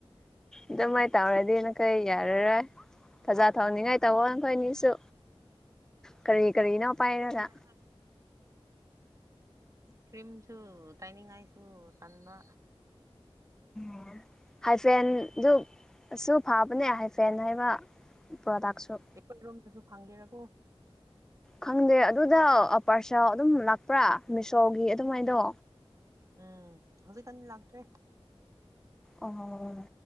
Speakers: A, in the centre; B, on the right.
A: ꯑꯗꯨꯃꯥꯏꯅ ꯇꯧꯔꯗꯤ ꯅꯪꯈꯩ ꯌꯥꯔꯔꯣꯏ ꯐꯖꯥ ꯊꯧꯅꯤꯡꯉꯥꯏ ꯇꯧꯋꯣ ꯅꯈꯣꯏꯅꯤꯁꯨ ꯀꯔꯤ ꯀꯔꯤꯅꯣ ꯄꯥꯏꯔꯗ
B: ꯈꯪꯗ꯭ꯔꯦ ꯀ꯭ꯔꯤꯝꯁꯨ ꯇꯥꯏꯅꯤꯡꯉꯥꯏꯁꯨ ꯇꯟꯕ
A: ꯑꯣ ꯍꯥꯏꯐꯦꯟꯗꯨꯁꯨꯨ ꯐꯕꯅꯦ ꯍꯥꯏꯐꯦꯟ ꯍꯥꯏꯕ ꯄ꯭ꯔꯣꯗꯛꯥꯛꯁꯨ
B: ꯑꯩꯈꯣꯏꯔꯣꯝꯗꯁꯨ ꯐꯪꯒꯦꯔꯀꯣ
A: ꯈꯪꯗꯦ ꯑꯗꯨꯗ ꯄꯥꯔꯁꯥ ꯑꯗꯨꯝ ꯂꯥꯛꯄ꯭ꯔꯥ ꯃꯤꯁꯣꯒꯤ ꯑꯗꯨꯃꯥꯏꯗꯣ
B: ꯎꯝ ꯍꯧꯖꯤꯛꯀꯅꯤ ꯂꯥꯛꯇ꯭ꯔꯦ
A: ꯑꯣ